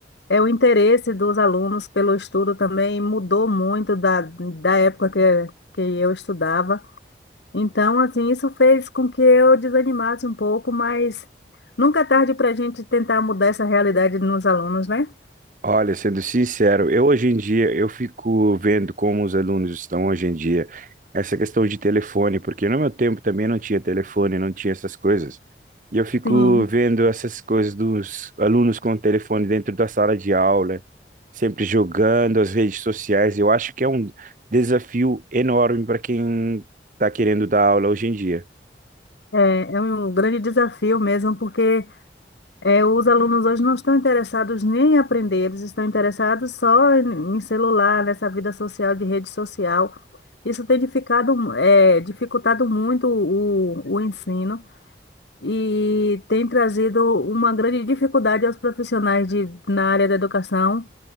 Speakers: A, on the left; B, on the right.
A: é o interesse dos alunos pelo estudo também mudou muito da, da época que, que eu estudava. Então, assim, isso fez com que eu desanimasse um pouco, mas nunca é tarde para a gente tentar mudar essa realidade nos alunos, né?
B: Olha, sendo sincero, eu hoje em dia eu fico vendo como os alunos estão hoje em dia, essa questão de telefone, porque no meu tempo também não tinha telefone, não tinha essas coisas. E eu fico
A: Sim,
B: vendo essas coisas dos alunos com o telefone dentro da sala de aula, sempre jogando as redes sociais. Eu acho que é um desafio enorme para quem está querendo dar aula hoje em dia.
A: é, é um grande desafio mesmo, porque é, os alunos hoje não estão interessados nem em aprender, eles estão interessados só em, em celular, nessa vida social, de rede social. Isso tem dificado, é, dificultado muito o, o ensino e tem trazido uma grande dificuldade aos profissionais de, na área da educação